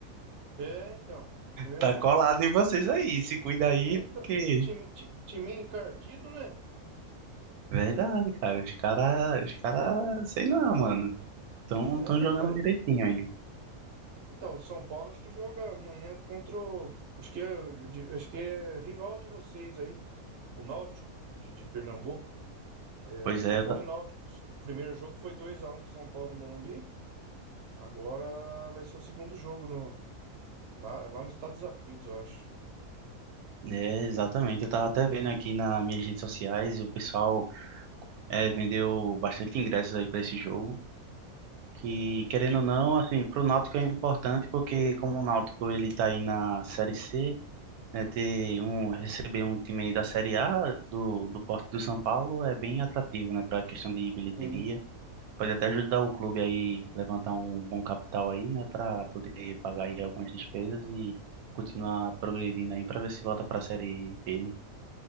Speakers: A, on the right; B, on the right.
A: É, então. É,
B: Tá colado em vocês aí, se cuida aí,
A: então,
B: porque...
A: time, ti- time encardido, né?
B: Verdade, cara, os cara, os cara, sei não, mano, tão,
A: É,
B: tão jogando
A: pai.
B: direitinho aí.
A: Então, o São Paulo acho que joga amanhã contra o... Acho que é, de- acho que é rival de vocês aí. o Náutico de, de Pernambuco, é,
B: Pois
A: São
B: é, eu
A: Paulo e Náutico. O primeiro jogo foi dois a um pro São Paulo no Morumbi. Agora vai ser o segundo jogo no, lá, é lá nos Estados Aflitos, eu acho.
B: É, exatamente. Eu tava até vendo aqui nas minhas redes sociais, o pessoal eh, vendeu bastante ingressos aí para esse jogo, que querendo
A: E,
B: ou não, assim, pro Náutico é importante porque como o Náutico ele tá aí na Série C, né, ter um receber um time aí da Série A do do Porto do São Paulo é bem atrativo, né, para questão de bilheteria.
A: sim.
B: Pode até ajudar o clube aí levantar um bom capital aí, né, para poder pagar aí algumas despesas e continuar progredindo aí para ver se volta para a Série B, né?